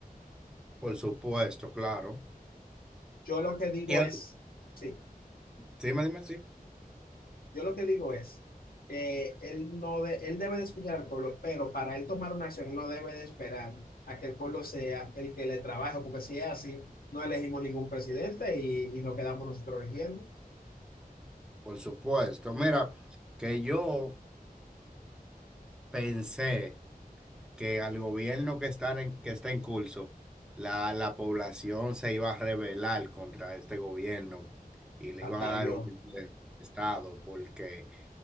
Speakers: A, in the centre; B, on the left (about 75°).
A: por supuesto, claro.
B: Yo lo que digo
A: Y al-
B: es, sí,
A: dime, dime, sí,
B: yo lo que digo es, eh, él, no de- él debe de escuchar al pueblo, pero para él tomar una acción, no debe de esperar a que el pueblo sea el que le trabaje, porque si es así, no elegimos ningún presidente y, y nos quedamos nosotros eligiendo.
A: por supuesto. Mira, que yo pensé que al gobierno que está en, que está en curso, la, la población se iba a rebelar contra este gobierno y le
B: Hasta
A: iban a dar
B: yo,
A: un golpe de estado porque...